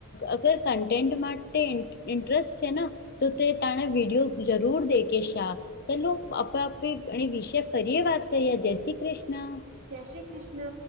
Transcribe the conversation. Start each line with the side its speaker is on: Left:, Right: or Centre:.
Left: અગર કન્ટેન્ટ માટે ઇન્ટરેસ્ટ છે ને. તો તે તને વિડયો જરૂર દે કે શા ચલો, આપ આપે એ વિષે ફરીએ વાત કરીએ જય શ્રી કૃષ્ણ.
Right: જય શ્રી કૃષ્ણ.